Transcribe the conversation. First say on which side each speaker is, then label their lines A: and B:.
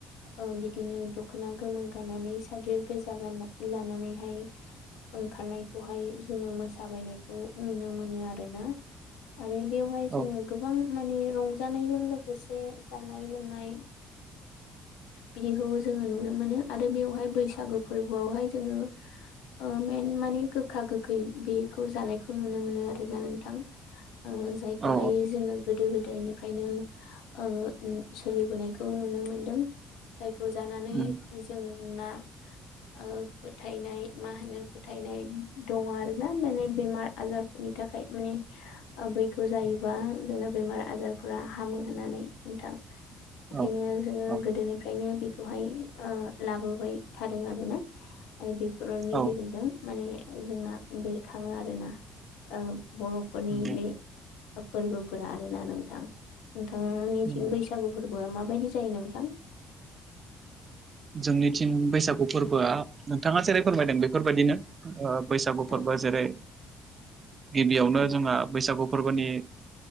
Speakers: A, on the left; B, on the right.
A: ओ बिदिनो दख'ना गोमो गानानै सादोर गोजा गानना लानानैहाय ओंखारनायखौहाय जोङो मोसााबायनायखौ नुनो मोनो आरोना। आरो बेवहाय जोङो
B: औ
A: गोबां माने रंजानायजों लोगोसे जानाय लोंनाय। बिदिखौबो जोङो नुनो मोनो आरो बेवहाय बैसागो फोरबोआवहाय जोङो ओ मेन माने गोखा गोखै बेखौ जानायखौ नुनो मोनो आरोना नोंथां। ओ जायखौहाय
B: औ
A: जोङो गोदो गोदायनि फ्रायनो ओ सोलिबोनायखौ नुनो मोनदों जाय खौ जानानै
B: उम
A: जोंना ओ फोथायनाय मा होनो फोथायनाय दङ आरोना माने बेमार आजारफोरनि थाखाय माने ओम बैखौ जायोबा जोंना बेमार आजारफोरा हामो होननानै नोंथां।
B: औ
A: एनिवे जोङो
B: औ
A: गोदोनिफ्रायनो बि- खौहाय ओ लाबोबाय थादों आरोना आरो बेफोररनि
B: औ
A: गेजेरजों माने जोंना बेरखाङो आरोना ओ बर'फोरनि
B: नंगौ
A: बे फोरबोफोरा आरोना नोंथां नोंथांनिथिं
B: नंगौ
A: बैसागु फोरबोआ माबायदि जायो नोंथां?
B: जोंनिथिं बैसागु फोरबोआ नोंथाङा जेरै फोरमायदों बेफोरबायाददिनो ओ बैसागु
A: औ
B: फोरबो जेरै गिबियावनो
A: औ
B: जोंहा बैसागु फोरबोनि